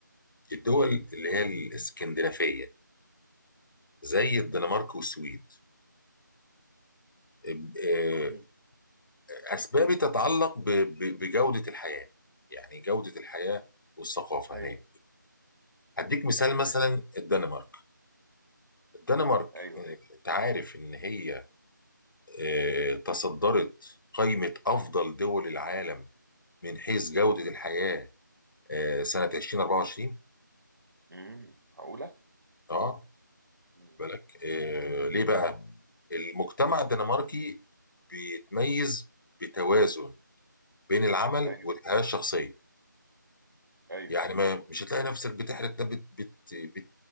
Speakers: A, on the left; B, on the right.
A: الدول اللي هي الاسكندنافية زي الدنمارك والسويد ب- آه،
B: مم.
A: اسبابي تتعلق ب- ب- بجودة الحياة يعني جودة الحياة والثقافة
B: ايوه
A: هناك هديك مثال
B: ايوه
A: مثلا الدنمارك الدنمارك
B: ايوه
A: آه، انت عارف ان هي آه، تصدرت قائمة أفضل دول العالم من حيث جودة الحياة آه، سنة 2024
B: امم معقولة
A: اه
B: مم.
A: بالك آه، ليه بقى؟ المجتمع
B: مم.
A: الدنماركي بيتميز بتوازن بين العمل
B: ايوه
A: والحياة الشخصية
B: ايوه
A: يعني ما مش هتلاقي نفسك بتحرق بت بت بت